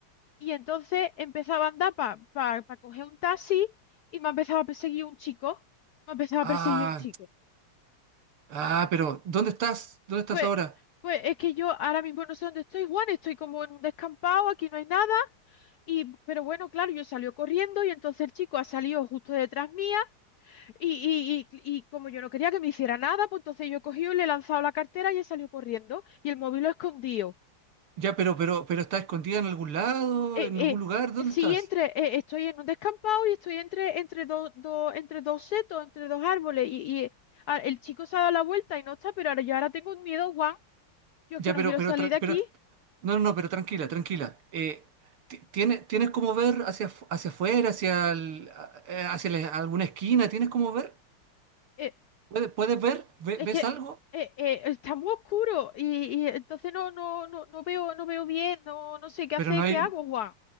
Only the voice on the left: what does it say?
y entonces empezaba a andar para coger un taxi y me ha empezado a perseguir un chico, me ha empezado
a perseguir un chico.
Pues,
pues es que yo ahora mismo no sé dónde estoy, Juan, estoy como en un descampado, aquí no hay nada, y pero bueno, claro, yo salió corriendo y entonces el chico ha salido justo detrás mía y, y, y, y como yo no quería que me hiciera nada, pues entonces yo he cogido y le he lanzado la cartera y he salido corriendo y el móvil lo he escondido.
Eh,
eh, sí,
entre, eh, estoy en un descampado y estoy entre, entre, dos dos- entre dos setos, entre dos árboles y, y eh, ah, el chico se ha dado la vuelta y no está, pero ahora yo ahora tengo un miedo, Juan, yo
es que no
quiero
salir
de aquí.
Eh,
Es
que
eh, eh, está muy oscuro y, y entonces no, no, no, no veo, no veo bien, no, no sé qué
hacer,
qué hago, Juan.